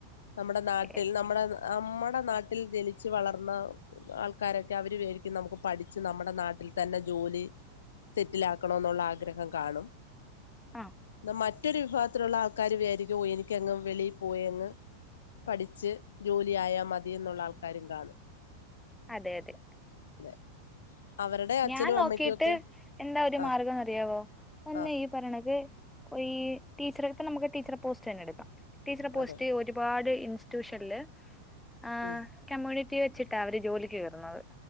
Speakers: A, on the left; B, in the centre.
A: നമ്മടെ
B: ഓക്കെ
A: നാട്ടിൽ നമ്മടെ നമ്മടെ നാട്ടിൽ ജനിച്ചു വളർന്ന ആൾക്കാരെക്കെ അവര് വിചാരിക്കും നമുക്ക് പഠിച്ച് നമ്മടെ നാട്ടിൽ തന്നെ ജോലി സെറ്റിലാക്കണയെന്നുള്ള ആഗ്രഹം കാണും
B: ആ
A: എന്ന മ മറ്റൊരു വിഭാഗത്തിലുള്ള ആൾക്കാർ വിചാരിക്കും ഓഹ് എനിക്കങ്ങ് വെളിയിൽ പോയ അങ്ങ് പഠിച്ച് ജോലി ആയാ മതിയെന്നുള്ള ആൾക്കാരും കാണും
B: അതെ അതെ
A: അതെ അവരുടെ അച്ഛനും
B: ഞാൻ നോക്കിട്ട്
A: അമ്മയ്ക്കും ഒക്കെ
B: എന്താ ഒരു
A: ആ
B: മാർഗം എന്ന് അറിയാമവോ ഒന്നിയി
A: ആ
B: പറയണക്ക് ഈ ടീച്ചറടെ ഇപ്പെ നമുക്ക് ടീച്ചറടെ പോസ്റ്റ് തന്നെ എടുക്കാം ടീച്ചർ പോസ്റ്റ്
A: അതെ
B: ഒരു വാടി ഇൻസ്റ്റിറ്റ്യൂഷനില് ആഹ്
A: ഉം
B: കമ്മ്യൂണിറ്റി വെച്ചിട്ടാ അവര് ജോലിക്ക് കേറുന്നത്